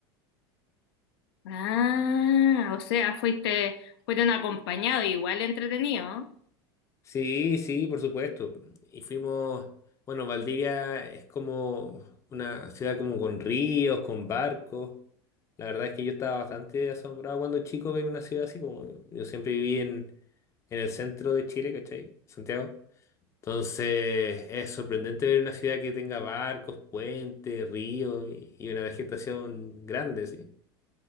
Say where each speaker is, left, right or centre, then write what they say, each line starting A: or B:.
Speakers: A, on the left; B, on the left.
A: Ah, o sea, fuiste, fueron acompañados, igual entretenido.
B: Sí, sí, por supuesto. Y fuimos, bueno, Valdivia es como una ciudad como con ríos, con barcos. La verdad es que yo estaba bastante asombrado cuando chico ver una ciudad así, como yo siempre viví en, en el centro de Chile, ¿cachai? Santiago. Entonces, es sorprendente ver una ciudad que tenga barcos, puentes, ríos y, y una vegetación grande, sí.